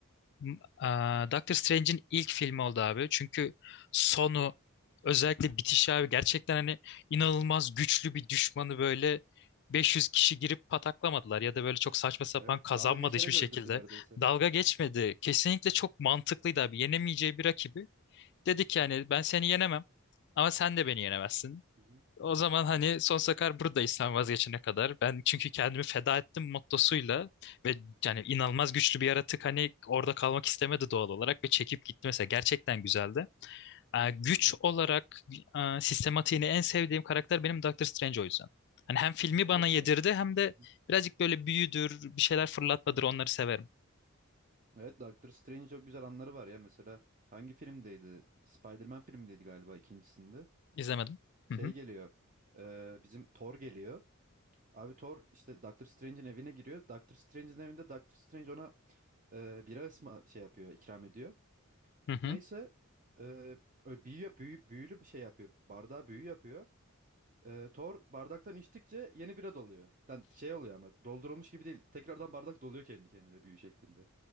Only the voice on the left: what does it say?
m- aa, Doctor Strange'in ilk filmi oldu abi. Çünkü sonu, özellikle bitişi abi gerçekten hani inanılmaz güçlü bir düşmanı böyle 500 kişi girip pataklamadılar ya da böyle çok saçma sapan
kazanmadı
hiçbir şekilde.
Dalga geçmedi. Kesinlikle çok mantıklıydı abi. Yenemeyeceği bir rakibi. Dedi ki yani ben seni yenemem ama sen de beni yenemezsin.
O zaman hani sonsuza kadar buradayız sen vazgeçene kadar. Ben çünkü kendimi feda ettim mottosuyla ve yani inanılmaz güçlü bir yaratık hani orada kalmak istemedi doğal olarak ve çekip gitti mesela. Gerçekten güzeldi. Ee, güç
olarak e, sistematiğini en sevdiğim karakter benim Doctor Strange o yüzden. Hani hem filmi
bana yedirdi
hem de
birazcık böyle büyüdür, bir şeyler fırlatmadır onları severim.
İzlemedim.
Hı hı.
Hı hı.